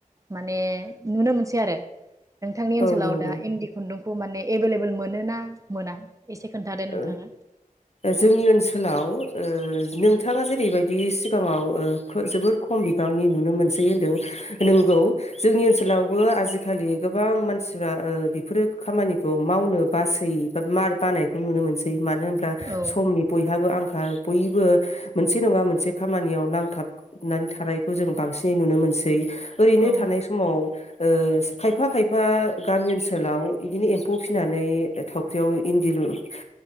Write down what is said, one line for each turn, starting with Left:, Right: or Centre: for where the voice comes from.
Right: माने नुनो मोनसै आरो नोंथांनि ओनसाव
Left: औ नंगौ
Right: दा इन्दि खुन्दुं फु माने एभेलेबेल मोन ना मोना? एसे खोन्थादो नोंथाङा
Left: ओ जोंनि ओनसोलाव ओ नोंथाङा जेरैबायदि सिगाङाव ओ जोबोद खम बिबांनि नुनो मोनसै होनदों नोंगौ जोंनि ओनसोलावबो आजिखालि गोबां मानसिफ्रा ओ बेफोरो खामानिखौ मावनो बासै बा मार बानाय खोम नुनो मोनसै मानो होनब्ला
Right: औ
Left: समनि बयहाबो आंखाल बयबो मोनसे नङा मोनसे खामानियाव नांथाबनानै थानायखौ जों बांसिनै नुनो मोनसै ओरैनो
Right: औ
Left: थानाय समाव ओ खायफा-खायफा गामि ओनसोलाव इदिनो एम्फौ फिसिनानै थावख्रियाव इन्दि लु ओ